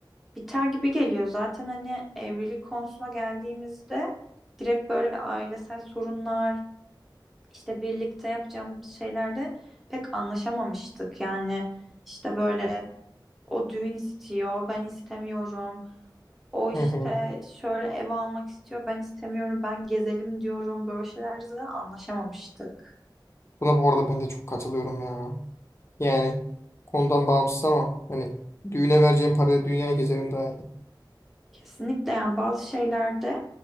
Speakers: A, in the centre; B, on the left.
A: biter gibi geliyor. Zaten hani evlilik konusuna geldiğimizde direkt böyle ailesel sorunlar işte birlikte yapacağımız şeylerde pek anlaşamamıştık. Yani işte böyle o düğün istiyor, ben istemiyorum. O işte
B: Hı hı.
A: şöyle ev almak istiyor, ben istemiyorum. Ben gezelim diyorum. Böyle şeylerde zaten anlaşamamıştık.
B: Buna bu arada ben de çok katılıyorum ya. Yani konudan bağımsız ama hani düğüne vereceğim parayla dünyayı gezerim daha iyi.
A: Kesinlikle yani bazı şeylerde